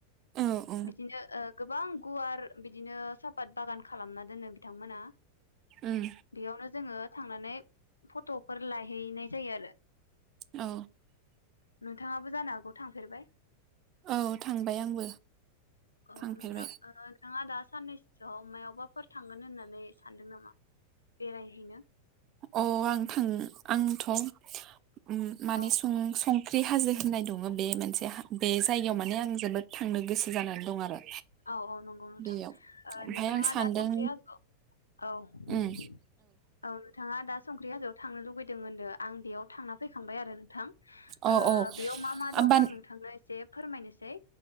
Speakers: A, on the right (about 35°); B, on the left (about 80°).
A: औ औ
B: ओ गोबां गुवार बिदिनो सापात बागान खालामना दोनो बिथांमोना।
A: उम
B: बेयावनो जोङो थांनानै फट फोर लायहैनाय जायो आरो
A: औ
B: थांङाबो जानो हागौ थांफेरबाय
A: औ थांबाय आंबो
B: औ
A: थांफेरबाय
B: नोंथां ओ नोंथाङा दा साननैसोयाव मायावबाफोर थांगोन होननानै सानदों नामा बेरायहैनो
A: अ आं थां आंथ' उम माने
B: औ
A: सं-सं फुख्रि हाजो होननाय दङ बे मोनसे बे जायगायाव माने आं जोबोद थांनो गोसो जानानै दं आरो
B: औ औ नंगौ नोंथां
A: बेयाव ओमफ्राय
B: नोंथाङा
A: आं सानदों
B: दा संख्रि हाजो ओ औ
A: उम
B: नोंथाङा दा संख्रि हाजोआव थांनो लुुबैदों होनददों आं बेयाव थांना फैखांबाय आरो नोंथां
A: औ औ
B: बेयाव मा मा
A: होमबा
B: दं आं नोंथांनो एसे फोरमायनोसै